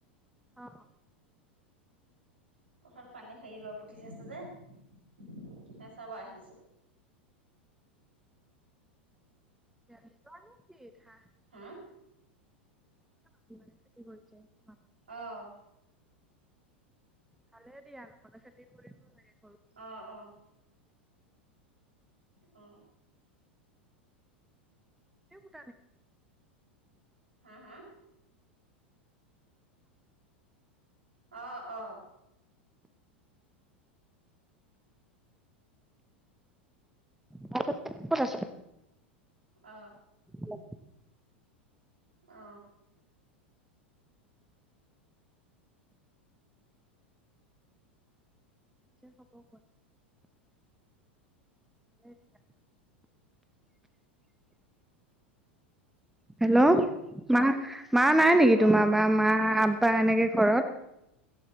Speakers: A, in the centre; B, on the right (about 80°).
A: অঁ।
B: পথাৰ পানী হেৰি ৰোৱা পুতি আছে যে এ চাব আহিছো
A: দিবা নেকি ঘা
B: হা
A: কি কৰিছে অ
B: অঁ
A: ভালে দিয়া নহলে খেতি কৰিব লাগে
B: অঁ অঁ অ
A: নি
B: হা হা অ অ
A: ক কত আছে
B: অ
A: লম
B: অ
A: হ'ব কোৱা হেইত হেল্ল' মা মা নাই নেকি
B: অ
A: তোমাৰ বা মা আব্বা এনেকে ঘৰত